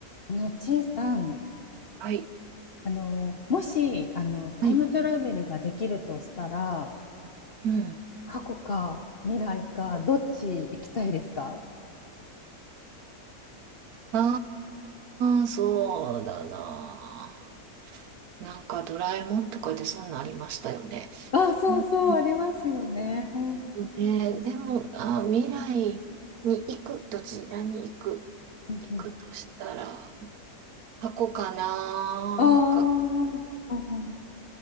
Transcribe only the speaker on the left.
あの、チェイさん、
あの、もし、あの、タイムトラベルができるとしたら、
過去か未来か、どっち行きたいですか
あ、そうそう、
ありますよね。うん
うん。
ああ、う
んうん